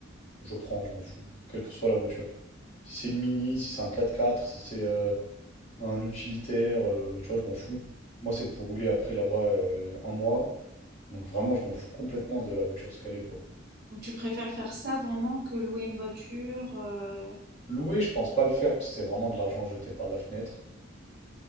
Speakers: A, on the left (about 35°); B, on the right (about 55°).
A: je prends, je m'en fous, quelle que soit la voiture. Si c'est une Mini, si c'est un 4x4, si c'est euh, Un utilitaire, euh, tu vois, je m'en fous. Moi, c'est pour rouler après là-bas euh, un mois. Donc vraiment, je m'en fous complètement de la voiture ce qu'elle est, quoi.
B: Ou tu préfères faire ça vraiment que louer une voiture, heu?
A: Louer, je pense pas le faire, parce que c'est vraiment de l'argent jeté par la fenêtre.